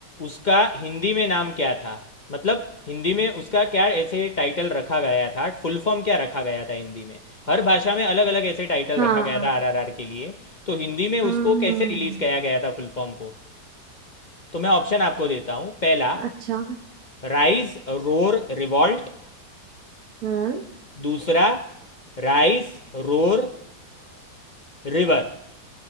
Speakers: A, on the left (about 45°); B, on the right (about 60°).
A: उसका हिंदी में नाम क्या था मतलब हिंदी में उसका क्या ऐसे टाइटल रखा गया था फुल फॉर्म क्या रखा गया था हिंदी में हर भाषा में अलग अलग ऐसे टाइटल
B: हाँ
A: रखा गया था आर आर आर के लिए तो हिंदी में उसको
B: अम्म,
A: कैसे रिलीज किया गया था फुल फॉर्म को तो मैं ऑप्शन आपको देता हूँ पहला
B: अच्छा
A: राइज रोर रिवॉल्ट
B: हम्म
A: दूसरा राइज रोर रिवर